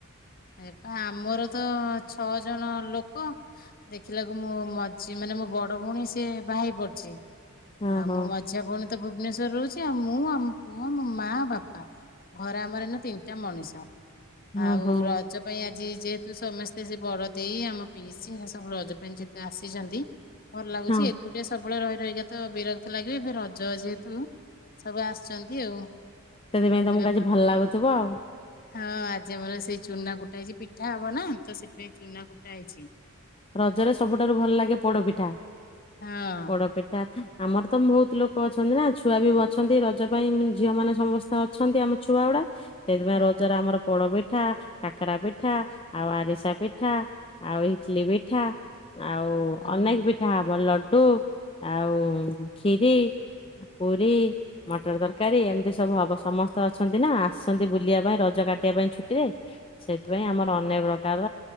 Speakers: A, on the left (about 40°); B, on the left (about 25°).
A: ଏପ ଆମର ତ ଛଅ ଜଣ ଲୋକ। ଦେଖିଲାକୁ ମୁଁ ମଝି ମାନେ ମୋ ବଡ ଭଉଣୀ ସିଏ ବା ହେି ପଡଛି
B: ହଁ
A: ଆଉ
B: ହଁ
A: ମୁଁ ମଝି ଝିଆ ଭଉଣୀ ତ ଭୁବନେଶ୍ଵର ରହୁଛି ଆଉ ମୁଁ ଆମ ପୁଅ ଆୋ ମା ବାପା। ଘରେ ଆମର ଏ ନା ତିନିଟା ମଣିଷ
B: ହଁ
A: ଆଉ
B: ହଁ
A: ର ରଜ ପାଇଁ ଆଜି ଯେହେତୁ ସମସ୍ତେ ସେ ବଡ ଦେଇ ଆମ ପିଇସି ଏ ସବୁ ରଜ ପାଇଁ ଯେହେତୁ ଆସିଛନ୍ତି। ଭଲ ଲାଗୁଛି
B: ହଁ
A: ଏକୁଟିଆ ସବୁବେଳେ ରହି ରହି ତ ବିରକ୍ତ ଲାଗିବେ ଏ ରଜ ଯେହେତୁ। ସବୁ ଆସିଛନ୍ତି ଆଉ।
B: ସେଥିପାଇଁ ତମକୁ
A: ଏବେ ଆମର
B: ଆଜି ଭଲ ଲାଗୁଥିବ ଆଉ
A: ହଁ ଆଜି ଆମର ସେଇ ଚୁନା କୁଟା ହେଇଛି ପିଠା ହବ ନା ତ ସେଥିପାଇଁ ଚୁନା କୁଟା ହେଇଛି।
B: ରଜରେ ସବୁଠାରୁ ଭଲ ଲାଗେ ପୋଡପିଠା।
A: ହଁ।
B: ପୋଡ଼ପିଠା ଆମର ତ ବହୁତ ଲୋକ ଅଛନ୍ତି ନା ଛୁଆ ବି ଅଛନ୍ତି ରଜ ପାଇଁ ଝିଅ ମାନେ ସମସ୍ତେ ଅ ଅଛନ୍ତି ଆମ ଛୁଆ ଗୁଡା। ସେଇଥିପାଇଁ
A: ଆଉ
B: ରଜରେ ଆମର ପୋଡ ପିଠା କାକରା ପିଠା ଆଉ ଆରିସା ପିଠା ପିଠା ଆଉ ଇଟିଲ ପିଠା ଆଉ
A: ହଁ
B: ଅନେକ ପି ସେଟା ହବ ଲଡୁ ଆଉ ଖିରି ପୁରୀ ମଟର ତରକାରୀ ଏମିତି ସବୁ ହବ ସମସ୍ତେ ଅଛନ୍ତି ନା ଆସଛନ୍ତି ବୁଲିବା ପାଇଁ ରଜ କାଟିବା ପାଇଁ ଛୁଟିରେ। ସେଥିପାଇଁ ଆମର
A: ହଁ।
B: ଅନେକ ପ୍ରକାର